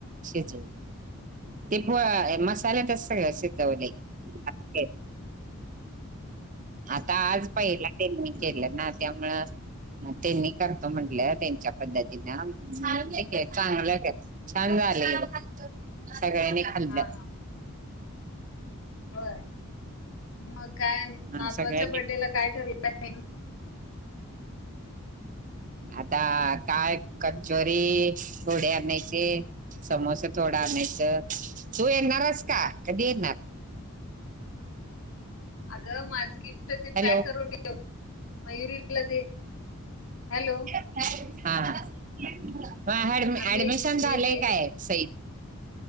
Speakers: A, on the right; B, on the left.
A: शिजवून. ते प मसाला तच सगळ शिजवलय आक्के आता आज पहिला त्यांनी
B: बर
A: केलं ना त्यामुळं त्यांनी करतो म्हंटलं त्यांच्या पद्धतीनं चांगलं कि छांन झाले बघ सगळ्यांनी खाल्लं
B: हां हा. होय म काय
A: हा
B: नातवाच्या
A: सगळ्यांनी
B: बडे ला काय ठरलंय
A: आता काय कचोरी थोडी आणायचे. समोस थोडं आणायचं तू येणारस का? कधी येणार?
B: अगं माझं गिफ्ट त ते
A: हॅलो
B: पॅक करून ठेव. मयूरी ला दे. हॅलो,
A: ऍ हा हा ऍडमि
B: आम्ही
A: ऍडमिशन झालंय
B: मी दे
A: काय सई?